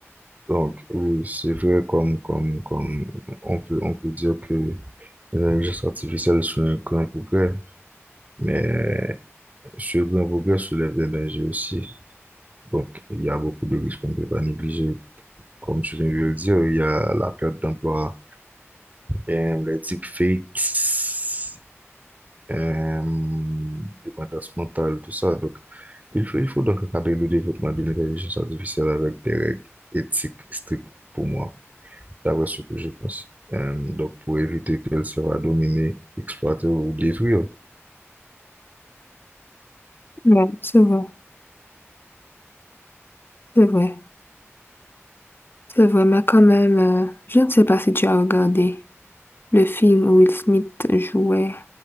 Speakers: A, on the right; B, on the left.
A: donc oui, c'est vrai comme, comme, comme on peut, on peut dire que l'intelligence artificielle c'est un grand progrès, mais ce grand progrès soulève des dangers aussi. Donc il y a beaucoup de risques qu'on ne peut pas négliger. Comme tu viens de le dire, il y a la perte d'emploi, euh, les deepfakes, euh, dépendance mentale, tout ça. Donc il faut, il faut donc encadrer le développement de l'intelligence artificielle avec des règles éthiques strictes pour moi. d'après ce que je pense. Euh, donc, pour éviter qu'elle soit dominée, exploitée ou détruite.
B: Ouais, c'est vrai, c'est vrai, c'est vrai, mais quand même, euh, je ne sais pas si tu as regardé le film où Will Smith jouait,